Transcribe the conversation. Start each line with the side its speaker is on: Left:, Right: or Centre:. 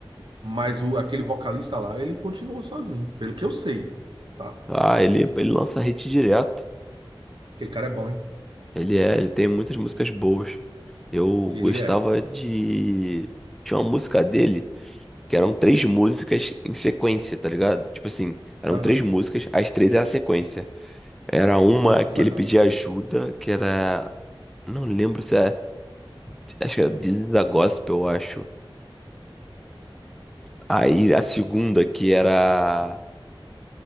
Right: Mas o, aquele vocalista lá, ele continuou sozinho, pelo que eu sei, tá?
Centre: Ah, ele, ele lança hit direto.
Right: Aquele cara é bom, hein?
Centre: Ele é, ele tem muitas músicas boas. Eu
Right: Ele
Centre: gostava de. Tinha uma música dele que eram três músicas em sequência, tá ligado? Tipo assim, eram
Right: é.
Centre: três músicas, as três eram sequência. Era uma
Right: Muito
Centre: que
Right: legal.
Centre: ele pedia ajuda, que era. Não lembro se é. Acho que era This is a Gospel, eu acho. Aí a segunda, que era